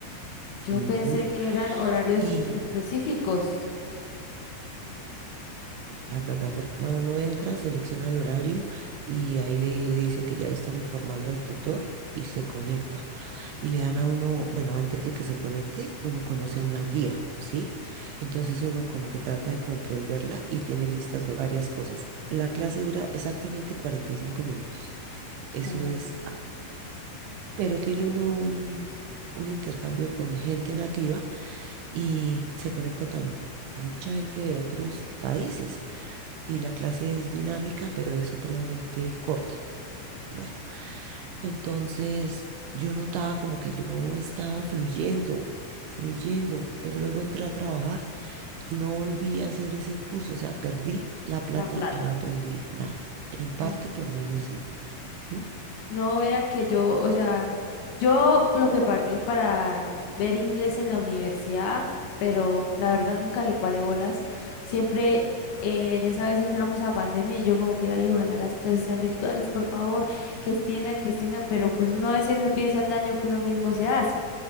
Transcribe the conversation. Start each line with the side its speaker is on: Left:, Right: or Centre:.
Left: yo
Right: Ujú.
Left: pensé que eran horarios
Right: Y
Left: específicos.
Right: La plataforma uno entra, selecciona el horario y ahí le dicen que ya le están informando al tutor y se conecta. Y le dan a uno, bueno, antes de que se conecte, uno conoce una guía, ¿sí? Entonces uno como que trata de comprenderla y tiene listas varias cosas. La clase dura exactamente 45 minutos. Eso
Left: Ah,
Right: es, pero tiene uno un, un intercambio con gente nativa y se conecta también mucha gente de otros países y la clase es dinámica, pero es supremamente corta. Bueno, entonces yo notaba como que yo estaba fluyendo, fluyendo, pero luego entré a trabajar y no volví a hacer ese curso, o sea, perdí la plata
Left: La plata.
Right: y no aprendí nada, en parte
Left: Mm.
Right: por mí misma. ¿m?
Left: No vea que yo, o sea, yo lo que pagué para ver inglés en la universidad, pero la verdad nunca le paré bolas. Siempre eh, en esa vez entramos a pandemia y yo como que ay, ojalá las clases sean virtuales, por favor, que extiendan, que extiendan, pero pues uno a veces no piensa el daño que uno mismo se hace.